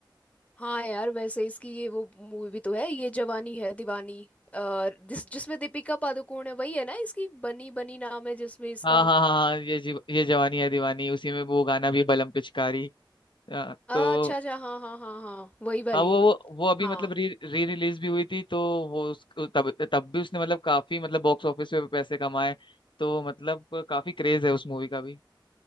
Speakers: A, on the left; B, on the left.
A: हाँ यार वैसे इसकी ये वो मूवी भी तो है ये जवानी है दीवानी अ, जिस जिसमें दीपिका पादुकोण है वही है ना इसकी बनी बनी नाम है जिसमें इसका
B: हाँ हाँ हाँ हाँ ये जीव, ये जवानी है दीवानी उसी में वो गाना भी बलम पिचकारी अ,
A: अच्छा
B: तो
A: अच्छा हाँ हाँ हाँ हाँ वही वाली
B: हाँ वो वो वो अभी
A: हाँ
B: मतलब री री रिलीज भी हुई थी तो वो उस तब तब भी उसने मतलब काफी मतलब बॉक्स ऑफिस पे पैसे कमाए तो मतलब काफी क्रेज है उस मूवी का भी